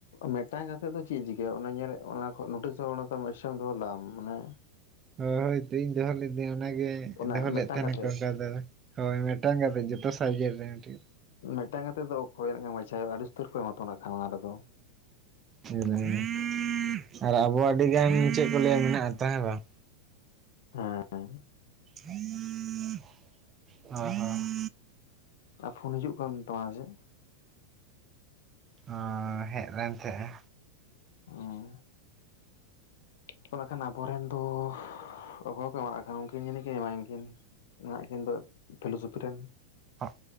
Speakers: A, on the left; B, on the right.
A: ᱢᱤᱜᱴᱟᱝ ᱠᱟᱛᱮᱜ ᱫᱚ ᱪᱮᱫ ᱮ ᱪᱤᱠᱟᱹᱭᱟ ᱚᱱᱟ ᱧᱮᱞ ᱚᱱᱟ ᱠᱷᱚᱭ ᱱᱳᱴᱤᱥ ᱦᱚᱸ <unintelligible> ᱫᱚᱦᱚᱸ ᱞᱮᱫᱟᱢ ᱢᱟᱱᱮ,
B: ᱦᱳᱭ ᱛᱤᱦᱤᱧ ᱫᱚᱦᱟᱸᱜ ᱞᱟᱭᱫᱟᱹᱧ ᱚᱱᱟᱜᱮ
A: ᱚᱱᱟ
B: ᱫᱚᱦᱚ
A: ᱢᱤᱫᱴᱟᱝ
B: ᱞᱮᱫ ᱛᱟᱦᱮᱸ
A: ᱠᱟᱛᱮᱫ
B: ᱱᱟᱠᱚ ᱚᱱᱠᱟ ᱫᱚ ᱦᱳᱭ ᱢᱤᱜᱴᱟᱝ ᱠᱟᱛᱮᱜ ᱡᱚᱛᱚ ᱥᱟᱵᱽᱡᱮᱠᱴ ᱨᱮ ᱢᱤᱫᱴᱤᱜ᱾
A: ᱢᱤᱜᱴᱟᱝ ᱠᱟᱛᱮᱜ ᱫᱚ ᱚᱠᱚᱭ ᱱᱟᱜ ᱠᱷᱟᱱᱮᱢ <unintelligible> ᱟᱹᱰᱤ ᱩᱛᱟᱹᱨ ᱠᱚ ᱮᱢᱟ ᱛᱚ ᱠᱷᱟᱱ ᱚᱱᱟ ᱨᱮᱫᱚ᱾
B: ᱦᱮᱸ <unintelligible> ᱟᱨ ᱟᱵᱚ ᱟᱹᱰᱤᱜᱟᱱ ᱪᱮᱜ ᱠᱚ ᱞᱟᱹᱭᱟ ᱢᱮᱱᱟᱜ-ᱟ ᱛᱚ ᱦᱮᱸ ᱵᱟᱝ?
A: ᱦᱮᱸ᱾
B: ᱦᱳᱭ ᱦᱳᱭ᱾
A: ᱟ ᱯᱷᱳᱱ ᱦᱤᱡᱩᱜ ᱠᱟᱱ ᱛᱟᱢᱟ ᱡᱮ?
B: ᱟᱸ ᱦᱮᱜ ᱞᱮᱱ ᱛᱟᱦᱮᱸᱜᱼᱟ᱾
A: ᱚᱸᱻ ᱛᱚ ᱱᱟᱜ ᱠᱷᱟᱱ ᱟᱵᱚᱨᱮᱱ ᱫᱚ ᱚᱠᱚᱭ ᱠᱚ ᱮᱢᱟ ᱦᱟᱸᱜ ᱠᱷᱟᱱ ᱩᱱᱠᱤᱱ ᱡᱟᱹᱱᱤᱡ ᱠᱤᱱ ᱮᱢᱟ ᱤᱱᱠᱤᱱ᱾ ᱢᱮᱱᱟᱜ ᱠᱤᱱ ᱫᱚ ᱯᱷᱮᱞᱳᱥᱳᱯᱷᱤ ᱨᱮᱱ,
B: ᱦᱚᱸ,